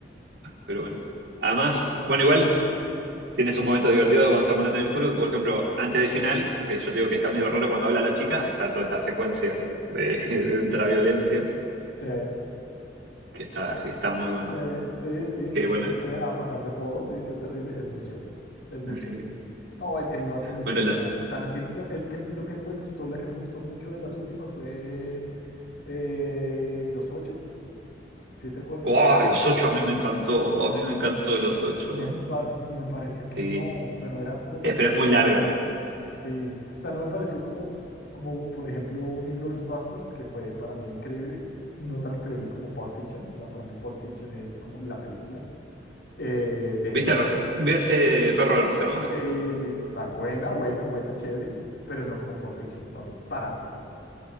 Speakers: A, on the right (about 80°); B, on the left (about 90°).
A: Pero bueno. Además, bueno, igual. Tienes un momento divertido de Juan Zamora también Julio, por ejemplo, antes del final, que yo te digo que está medio raro cuando habla la chica, está toda esta secuencia de, <laughs> de ultraviolencia,
B: Sí,
A: que está, está muy bueno.
B: sí, sí, sí,
A: Que
B: que
A: bueno,
B: comience a pasar de todo, sí, que es terrible, es muy chévere, es muy
A: <laughs>
B: chévere. No, él, él lo hace muy bien,
A: bueno, las.
B: o sea, Tarantino, la- el que, lo que no me gustó, la que no me gustó mucho de las últimas fue eh, Los Ocho, ¿sí te acuerdas?
A: ¡Wow! Los ocho a mí me encantó. A mí me encantó los ocho.
B: Me, pas- me pareció que
A: Sí.
B: no, que no era como tan
A: Eh,
B: Tarantino.
A: pero es muy larga.
B: Sí, o sea, no me pareció como, como por ejemplo, un Inglourious Basterds, que fue para mí increíble, no tan increíble como Pulp Fiction, o sea, para mí Pulp Fiction es como la película eh, de
A: ¿Viste,
B: él.
A: Res- ¿Viste Perro de Reserva?
B: Sí, sí, total, buena, buena, buena, chévere, pero no como Pulp Fiction para mí, para mí,